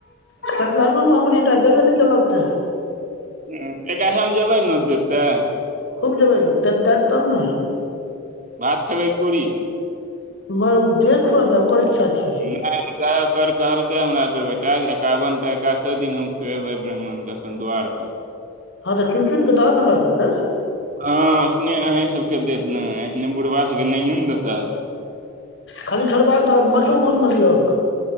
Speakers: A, on the left; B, on the right.
A: सतनहनोमे हमरैयै ते देबे ने केलक तऽ।
B: हूँ एका <unintelligible> जेबै नोत देतै।
A: खूब जेबै द देत तब ने।
B: भात खेबै पुरी?
A: <unintelligible> जे खुआबे ओकर इच्छा छियै।
B: नै सेएह कहलकै हमरा ओकर बेटा एकावनटा एकासो दिन हम खुऐबै ब्राम्हण के। पन द्वार पर
A: हँ तऽ चुइन- चुइन के दहक ने हमरा सबके।
B: हँ अपने अंही सबके देत ने एने बुड़बा सबके नहिए ने देतै।
A: खाली छोड़बाक के दहक माछो, मौस मे दिहक।